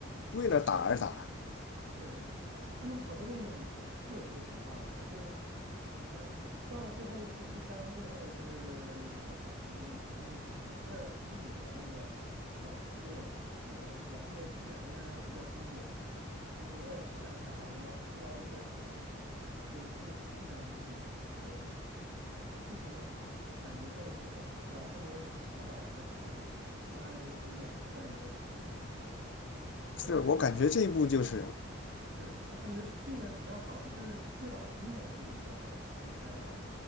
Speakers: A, on the left; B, on the right.
A: 为了打而打。
B: 是他们好多电影是有这个情况，他就嗯，到了最后一部、第三部，或者是有些重启电影，他们为了续以前那个老系列，那种老系列对很多人来说比较经典，他们就为了续上它，好像捞捞一波钱，就硬续上一些剧情，然后就剧情感觉做的就不足了，更多的是情怀或者是拉着这个经典来赚一波钱那种的感觉。
A: 是我感觉这一部就是，
B: 我觉得是我感觉续的比较好的就是续老经典续的比较好的新拍的，